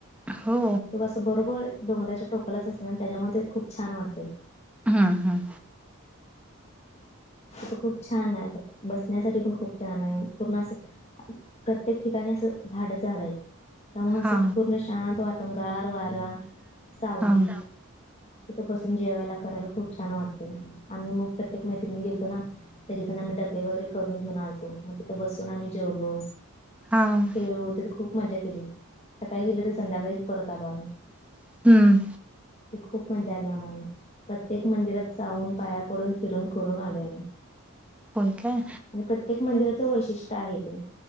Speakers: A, in the centre; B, on the left.
A: हो.
B: तो असं बरोबर डोंगराच्या टोकालाच असणं आणि त्याच्यामध्ये ते खूप छान वाटते.
A: हा हा.
B: तो खूप छान आहे असं. बसण्यासाठी पण खूप छान आहे पूर्ण असं प्रत्येक ठिकाणी असं झाडच झाड हाईत. त्यामुळं असं
A: हा.
B: पूर्ण शांत वातावरण गार वारा,
A: वारा
B: सावली. तिथं बसून जेवायला करायला खूप छान वाटतय आम्ही म प्रत्येक मैत्रीण गेलतो ना. सगेजण आम्ही डबे वगैरे करून घेऊन आलतो म तिथं बसून आम्ही जेवलो.
A: हा.
B: खेळलो तिथं खूप मजा केली सकाळी गेल ते संध्याकाळीच परत आलो आम्ही.
A: आम्ही. हम्म.
B: ती खूप मजा आली आम्हाला प्रत्येक मंदिरात जाऊन पाया पडून. फिरून करून आलोय आम्ही
A: होय काय
B: आणि प्रत्येक मंदिराच वैशिष्ट्य आहे ते.